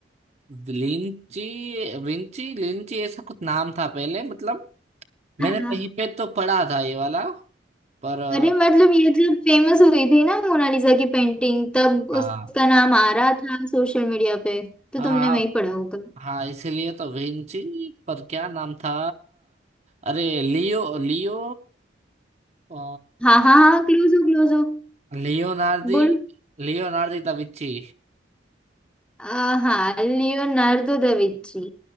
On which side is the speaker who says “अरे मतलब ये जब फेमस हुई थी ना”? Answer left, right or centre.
Centre